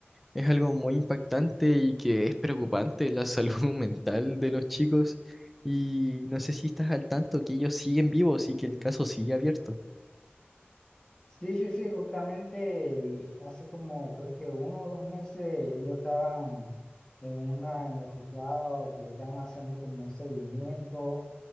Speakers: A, in the centre; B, on the left.
A: Es algo muy impactante y que es preocupante la salud <laughs> mental de los chicos. Y no sé si estás al tanto que ellos siguen vivos y que el caso sigue abierto.
B: Sí, sí, sí, justamente el- hace como creo que uno o dos meses ellos estaban en una, en el juzgado, que le estaban haciendo como un seguimiento.